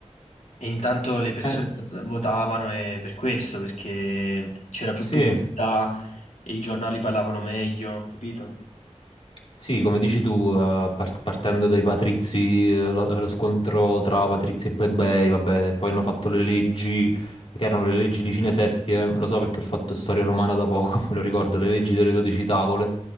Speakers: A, on the left; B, on the left.
A: e intanto le persone
B: eh,
A: vot- votavano e per questo, perché c'era più
B: sì,
A: pubblicità e i giornali parlavano meglio, capito?
B: Sì, come dici tu, eh, par- partendo dai patrizi, eh, lo, lo scontro tra patrizi e plebei, vabbè, poi hanno fatto le leggi, che erano le leggi Licine Sestie, lo so perché ho fatto storia romana da poco, <laughs> me lo ricordo, le leggi delle dodici tavole,